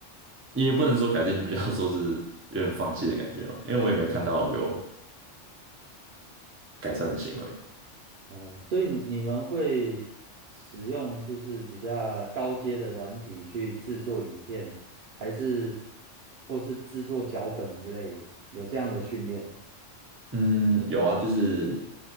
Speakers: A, on the right; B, on the right.
A: 也不能说改进，你比较说是有点放弃的感觉嘛，因为我也没看到有改善的行为。
B: 哦，所以你们会使用就是比较高阶的软体去制作影片，还是或是制作脚本之类的？有这样的训练吗？
A: 嗯，有啊，就是